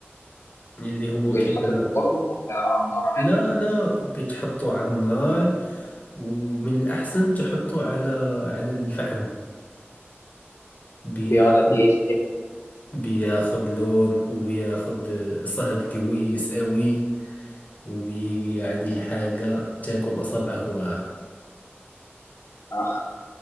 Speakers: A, on the left; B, on the left.
A: اللي هو
B: وبيتحط
A: كده
B: في الفرن وعلى النار
A: لا
B: عادي
A: لا بتحطه على النار ومن الأحسن تحطه على على الفحم بياخد
B: بيقعد قد إيه ساعة
A: بياخد لون وبياخد آه، صهد كويس قوي وبيجي يعني حاجة تاكل أصابعك وراها
B: أخ